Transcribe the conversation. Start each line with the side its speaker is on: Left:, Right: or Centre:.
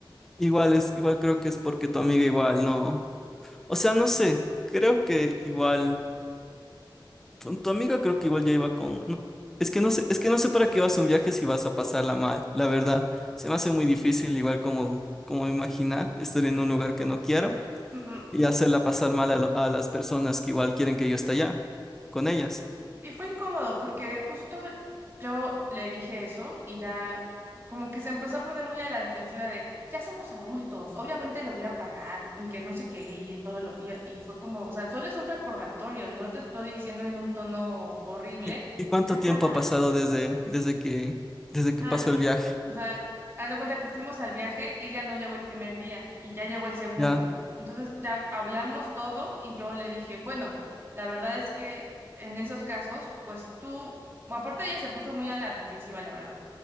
Centre: Igual es, igual creo que es porque tu amiga igual no, o sea, no sé. Creo que igual tu, tu amiga creo que igual ya iba con... no, es que no sé, es que no sé para qué vas a un viaje si vas a pasarla mal, la verdad. Se me hace muy difícil, igual como, como imaginar, estar en un lugar que no quiero
Right: Ujú.
Centre: y hacerla pasar mal a, lo- a las personas que igual quieren que yo esté allá, con ellas.
Right: Y fue incómodo porque justo yo le dije eso y ya como que se empezó a poner muy a la defensiva de, ya somos adultos, obviamente lo voy a pagar y que no sé qué y todo lo, y, y fue como, o sea, solo es un recordatorio, no te estoy diciendo en un tono horrible,
Centre: ¿Y, y cuánto
Right: ya
Centre: tiempo
Right: paga.
Centre: ha pasado desde, desde que, desde que
Right: Ah,
Centre: pasó el viaje?
Right: o sea, haz de cuenta que fuimos al viaje, ella no llegó el primer día y ya llegó el segundo,
Centre: Ya,
Right: ¿no? Entonces ya hablamos todo y yo le dije, bueno, la verdad es que en esos casos, pues tú, bueno, aparte ella se puso muy a la defensiva, la verdad.